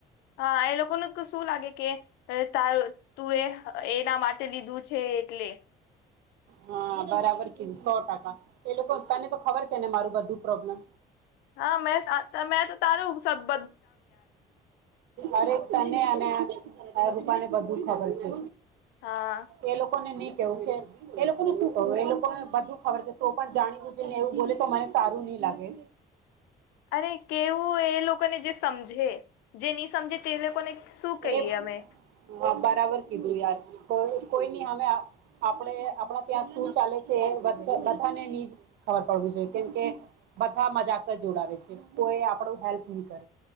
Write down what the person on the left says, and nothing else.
હા એ લોકોનું શું લાગે કે તારું તું એ એ એના માટે લીધું છે. એટલે <inaudible>
હા, મેં સા મે તો તારું સબ
હા
અરે કેવું એ લોકો જે સમજે જે ની સમજે તે લોકોને શું કહીએ
અમે.